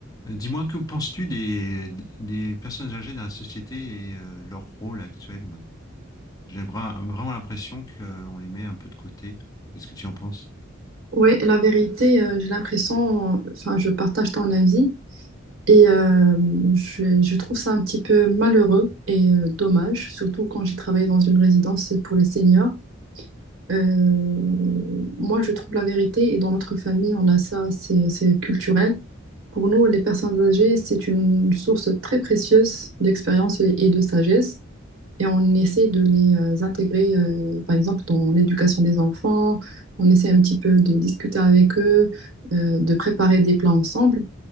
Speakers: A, on the left; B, on the right.
A: Euh, Dis-moi, que penses-tu des, des personnes âgées dans la société et euh, leur rôle actuel? maintenant J'ai vra- vraiment l'impression qu'on les met un peu de côté. Qu'est-ce que tu en penses?
B: Oui, la vérité, euh, j'ai l'impression, enfin, je partage ton avis et euh, je, je trouve ça un petit peu malheureux et euh, dommage, surtout quand j'ai travaillé dans une résidence pour les seniors. Euh, moi, je trouve la vérité et dans notre famille, on a ça, c'est, c'est culturel. Pour nous, les personnes âgées, c'est une source très précieuse d'expérience et et de sagesse et on essaie de les euh, intégrer, euh, par exemple, dans l'éducation des enfants. On essaie un petit peu de discuter avec eux, euh, de préparer des plats ensemble.